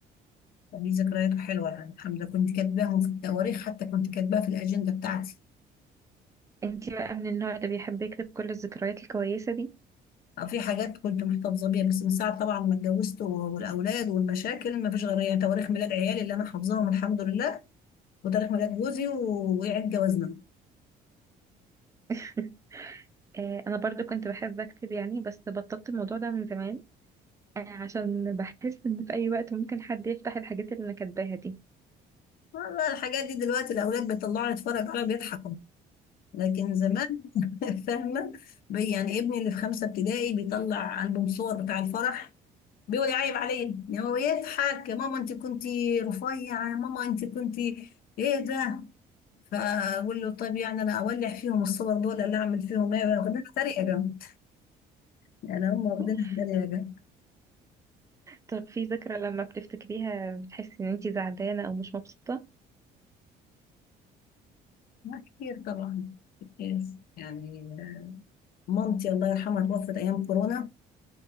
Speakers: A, on the left; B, on the right.
A: ليه ذكرياته حلوه يعني الحمد لله كنت كاتباهم في التواريخ حتى كنت كاتباها في الاجنده بتاعتي
B: انتي بقى من النوع اللي بيحب يكتب كل الذكريات الكويسة دي
A: آه، في حاجات كنت محتفظه بيها بس من ساعه طبعا ما اتجوزت و- والاولاد والمشاكل ما فيش غير يعني تواريخ ميلاد عيالي اللي انا حافظاهم الحمد لله وتاريخ ميلاد جوزي و- وعيد جوازنا
B: <laughs> آه، أنا برضو كنت بحب أكتب يعني بس بطلت الموضوع ده من زمان آه، عشان بحس إن في أي وقت ممكن حد يفتح الحاجات اللي أنا كاتباها دي
A: والله الحاجات دي دلوقتي الأولاد بيطلعوا يتفرج عليها بيضحكوا لكن زمان <laughs> فاهمة بي- يعني ابني اللي في خمسة ابتدائي بيطلع ألبوم صور بتاع الفرح بيقول يعيب عليه يعني هو يضحك يا ماما انت كنتي رفيعة يا ماما انت كنتي ايه ده فأقول له طب يعني أنا أولع فيهم الصور دول ولا أعمل فيهم ايه واخدينها تريقة جنب يعني هم واخدينها
B: <laughs>
A: تريقة جنب
B: طب في ذكرى لما بتفتكريها بتحسي ان انتي زعلانة او مش مبسوطة
A: كتير طبعا كتير يعني مامتي الله يرحمها توفت أيام كورونا